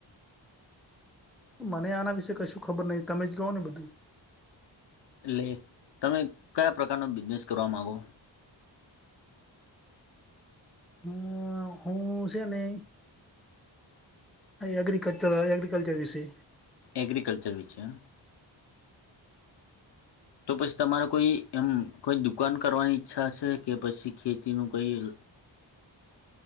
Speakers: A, in the centre; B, on the left.
A: મને આના વિશે કશું ખબર નહીં તમે જ કહો ને બધું
B: એટલે તમે કયા પ્રકારનો બિઝનેસ કરવા માગો
A: અ, હું છેને એગ્રીકલ્ચર એગ્રીકલ્ચર વિશે
B: એગ્રીકલ્ચર વિશે તો પછી તમારે કોઈ એમ કોઈ દુકાન કરવાની ઈચ્છા છે કે પછી ખેતીનું કઈ